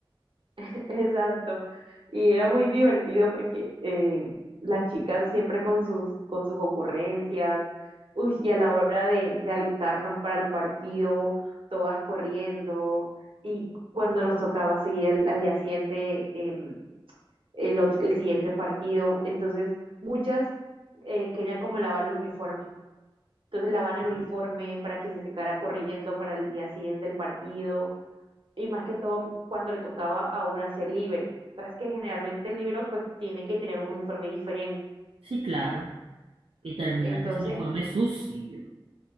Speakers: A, on the right (about 65°); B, on the right (about 80°).
A: <laughs> exacto. Y era muy divertido porque eh, las chicas siempre con sus, con sus ocurrencias, uy, y a la hora de, de alistarnos para el partido, todas corriendo, y cuando nos tocaba seguir al, al día siguiente, em, el, otro, el siguiente partido. Entonces, muchas eh, querían como lavar el uniforme. Entonces lavan el
B: Sí,
A: uniforme para que se secara corriendo para el día siguiente el partido. Y más que todo cuando le tocaba a una ser libero. Sabes que generalmente el libero pues tiene que tener un uniforme diferente.
B: sí, claro. Y terminar
A: Entonces,
B: ese uniforme sucio.